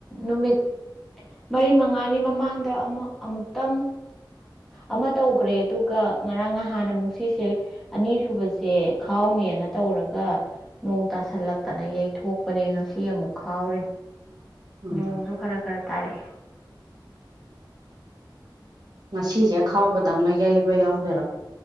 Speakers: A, in the centre; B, on the right.
A: ꯅꯨꯃꯤꯠ ꯃꯔꯤ ꯃꯉꯥꯅꯤ ꯃꯃꯥꯡꯗ ꯑꯃ ꯑꯃꯨꯛꯇꯪ ꯑꯃ ꯇꯧꯈ꯭ꯔꯦ ꯑꯗꯨꯒ ꯉꯔꯥꯡꯍꯥꯟꯅ ꯑꯃꯨꯛ ꯁꯤꯁꯦ ꯑꯅꯤꯁꯨꯨꯕꯁꯦ ꯈꯥꯎꯅꯦꯅ ꯇꯧꯔꯒ ꯅꯣꯡ ꯇꯥꯁꯜꯂꯛꯇꯅ ꯌꯩꯊꯣꯛꯄꯅꯦ ꯉꯁꯤ ꯐꯤ ꯑꯃꯨꯛ ꯈꯥꯎꯔꯤ
B: ꯎꯝ
A: ꯅꯣꯡꯁꯨ ꯈꯔ ꯈꯔ ꯇꯥꯔꯛꯑꯦ
B: ꯉꯁꯤꯁꯦ ꯈꯥꯎꯕꯗꯪ ꯌꯩꯕ ꯌꯥꯎꯗꯣꯏꯔꯥ